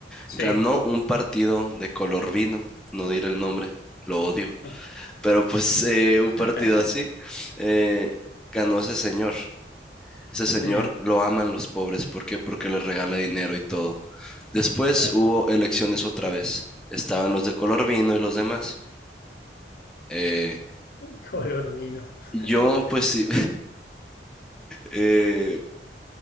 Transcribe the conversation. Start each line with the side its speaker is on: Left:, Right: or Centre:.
Left: Sí,
Centre: Ganó un partido de color vino, no diré el nombre, lo odio.
Left: no.
Centre: Pero pues eh, un
Left: <laughs>
Centre: partido así eh, ganó ese señor. Ese
Left: Sí,
Centre: señor lo aman los pobres. ¿Por qué? Porque les regala dinero y todo. Después
Left: claro.
Centre: hubo elecciones otra vez. Estaban los de color vino y los demás. Eh,
Left: Color vino.
Centre: yo
Left: <laughs>
Centre: pues sí, <laughs> eh,